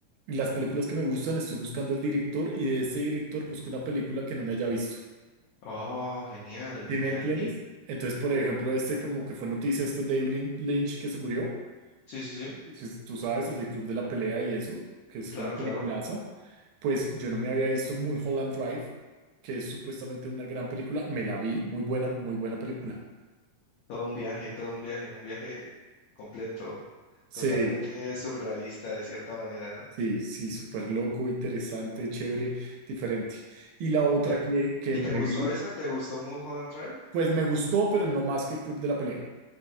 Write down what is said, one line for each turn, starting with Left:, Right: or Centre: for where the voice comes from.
Right: las películas que me gustan, estoy buscando el director y de ese director busco una película que no me haya visto.
Left: Oh, genial,
Right: ¿Sí
Left: genial.
Right: me entiendes?
Left: Y
Right: Entonces, por ejemplo, este como que fue noticia, este David Lin- Lynch que se murió,
Left: sí, sí, sí,
Right: pues, tú sabes, el del Club de la Pelea y eso, que es
Left: claro,
Right: una peliculaza,
Left: claro.
Right: pues yo no me había visto Mulholland Drive, que es supuestamente una gran película, me la vi, muy buena, muy buena película.
Left: Todo un viaje, todo un viaje, un viaje completo,
Right: Sí,
Left: totalmente surrealista de cierta manera, ¿no?
Right: Sí, sí, súper loco, interesante, chévere, diferente. Y la otra
Left: ¿Te-
Right: que, que
Left: ¿y
Right: me
Left: te gustó
Right: vi,
Left: esa? ¿Te gustó Mulholland Drive?
Right: pues me gustó, pero no más que el Club de la Pelea,